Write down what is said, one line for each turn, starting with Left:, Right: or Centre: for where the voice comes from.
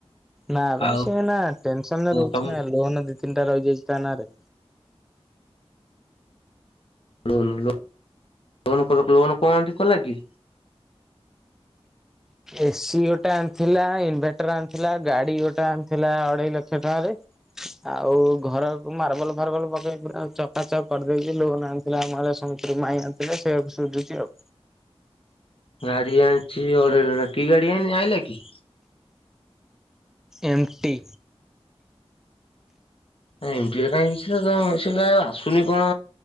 Centre: ନା ବା
Left: ଆଉ
Centre: ସି ଏନା ଟେନସନରେ ରହୁଛି
Left: ତମ
Centre: ନା ଲୋନ ଦି ତିନିଟା ରହିଯାଇଛି ତା ନାରେ।
Left: ଲୋନ୍ ଲୋ ଲୋନ୍‌ କଲୁକଲୁ କଣ ଏମିତି କଲା କି?
Centre: ଏ ସିି ଗୋଟେ ଆଣିଥିଲା ଇନଭଟର ଆଣିଥିଲା ଗାଡ଼ି ଗୋଟେ ଆଣିଥିଲା ଅଢ଼େଇ ଲକ୍ଷ ଟଙ୍କାରେ। ଆଉ ଘରକୁ ମାର୍ବଲ ଫାର୍ବଲ ପକେଇ ପୁରା ଚକାଚକ କରିଦେଇଚି ଲୋନ ଆଣ ଥିଲା ଆମ ଆ ସମସ୍ତରୁ ମାଇଁ ଆଣି ଥିଲେ ସେଇଆକୁ ସୁୁଝୁଛି ଆଉ।
Left: ଗାଡ଼ି ଆଣିଛି ଅଢ଼େଇ କି ଗାଡ଼ି ଏନି ଆଣିଲା କି?
Centre: ଏମ ଟି
Left: ଏମଟିଏ କାହିଁ <unintelligible> ସିଏ କାଇଁ ଆସୁନି କଣ